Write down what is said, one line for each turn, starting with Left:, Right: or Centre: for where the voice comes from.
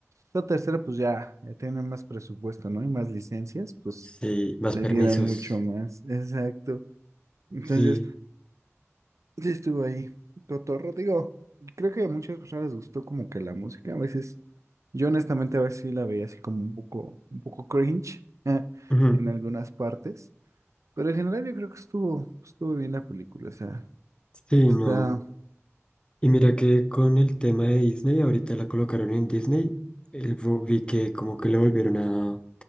Right: La tercera, pues ya, ya tienen más presupuesto, ¿no? Y más licencias, pues
Left: Sí, más
Right: le
Left: permisos.
Right: dieran mucho más. Exacto. Entonces,
Left: Sí.
Right: sí estuvo ahí. Cotorro, digo, creo que a muchas personas les gustó como que la música. A veces, yo honestamente a veces sí la veía así como un poco, un poco cringe <laughs>
Left: ujú,
Right: en algunas partes. Pero en general yo creo que estuvo, estuvo bien la película. O sea,
Left: Sí,
Right: está.
Left: no. Y mira que con el tema de Disney, ahorita la colocaron en Disney, el, vo- vi que como que le volvieron a,